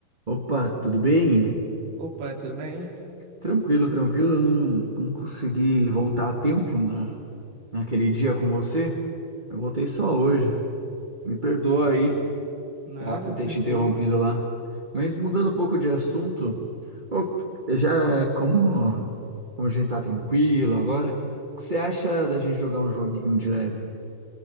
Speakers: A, on the right (about 20°); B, on the right (about 90°).
A: Opa, tudo bem?
B: Opa, tudo bem?
A: Tranquilo, tranquilo. Eu não, não consegui voltar a tempo na, naquele dia com você. Eu voltei só hoje. Me perdoa
B: Exato.
A: aí,
B: Nada,
A: tá? Por
B: tranquilo.
A: ter te interrompido lá. Mas mudando um pouco de assunto, ô, já como, como a gente tá tranquilo agora, o que você acha da gente jogar um joguinho de leve,